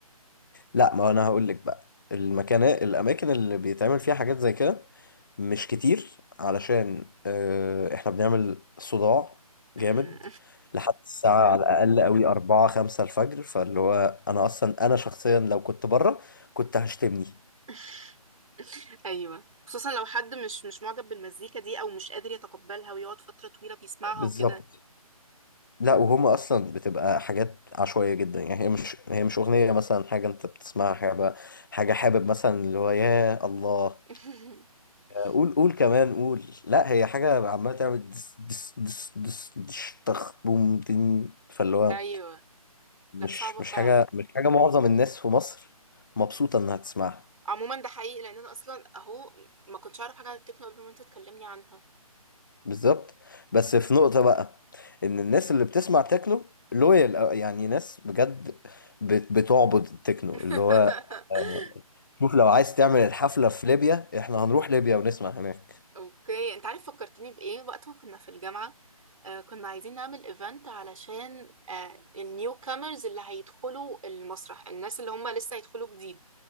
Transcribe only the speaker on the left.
لا ما انا هقول لك بقى المكان الاماكن اللي بيتعمل فيها حاجات زي كده مش كتير علشان آه، احنا بنعمل صداع جامد
لحد الساعة على الأقل قوي أربعة خمسة الفجر فاللي هو أنا أصلا أنا شخصيا لو كنت بره كنت هشتمني
بالظبط
لا وهم أصلا بتبقى حاجات عشوائية جدا يعني هي مش هي مش أغنية مثلا حاجة أنت بتسمعها حاجة حاجة حابب مثلا اللي هو يا الله
قول قول كمان قول لا هي حاجة عمالة تعمل دس دس دس دس دش طخ بوم تن فاللي هو
مش
مش
حاجة مش حاجة معظم الناس في مصر مبسوطة إنها تسمعها
بالظبط بس في نقطة بقى إن الناس اللي بتسمع تكنو لويال يعني ناس بجد بت- بتعبد التكنو
اللي هو آه، شوف لو عايز تعمل الحفلة في ليبيا إحنا هنروح ليبيا ونسمع هناك